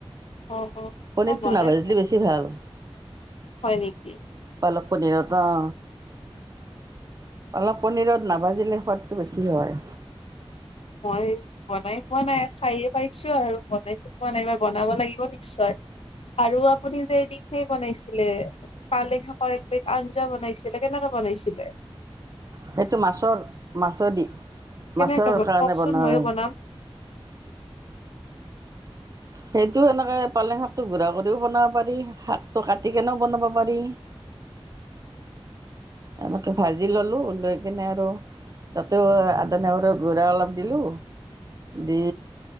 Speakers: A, on the left; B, on the right.
A: অ', অ',
B: পনীৰটো
A: মই বনাই
B: নাভাজলে বেছি ভাল।
A: হয় নেকি?
B: পালক পনীৰত অ, অলপ পনিৰত নাভাজিলে সোৱাদটো বেছি হয়।
A: মই বনাই পোৱা নাই খাই হে পাইছোঁ আৰু, বনাই পোৱা নাই এইবাৰ বনাব লাগিব নিশ্চয়। আৰু আপুনি যে নিজেই বনাইছ ছিলে, পালেক শাকৰ এক বিধ আঞ্জা বনাইছিলে, কেনেকে বনাইছিলে?
B: সেইটো মাছৰ, মাছৰদি
A: কেনেকে
B: মাছৰ
A: বনাই
B: কাৰণে
A: কওকচোন
B: বনাও।
A: ময়ো বনাম।
B: সেইটো এনেকে পালেং শাকটো গুড়া কৰিও বনাব পাৰি, শাকটো কাটি কেনেও বনাব পাৰি। এনেকে ভাজি ল'লো, লৈ কিনে আৰু তাতে আদা নহৰুৰ গুড়া অলপ দিলো দি